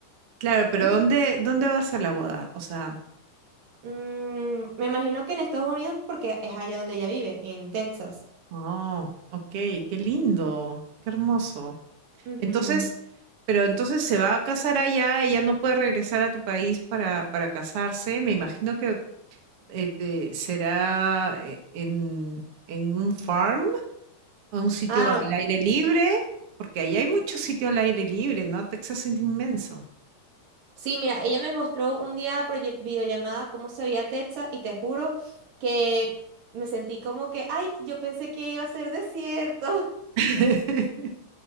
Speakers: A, on the right; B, on the right.
A: Claro, pero
B: <laughs>
A: ¿dónde, dónde va a ser la boda? O sea,
B: Mm, me imagino que en Estados Unidos porque es allá donde ella vive, en Texas.
A: oh, ok, qué lindo, qué hermoso.
B: Ujú.
A: Entonces, pero entonces se va a casar allá, ella no puede regresar a tu país para, para casarse. Me imagino que eh, te- será eh, en, en un farm, o un sitio
B: Ah,
A: al aire libre, porque allá hay mucho sitio al aire libre, ¿no? Texas es inmenso.
B: Sí, mira, ella me mostró un día por ye- videollamada cómo se veía Texas y te juro que me sentí como que, ay, yo pensé que iba a ser desierto. <laughs>
A: <laughs>